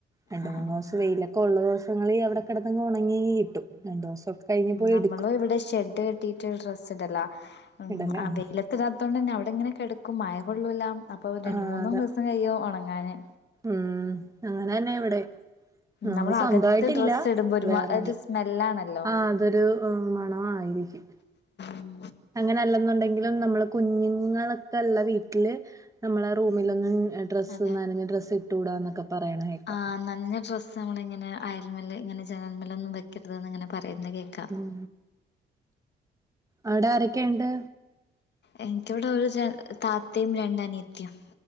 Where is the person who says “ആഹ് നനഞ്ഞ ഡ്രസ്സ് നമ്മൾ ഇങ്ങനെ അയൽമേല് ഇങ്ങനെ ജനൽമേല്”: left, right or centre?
Left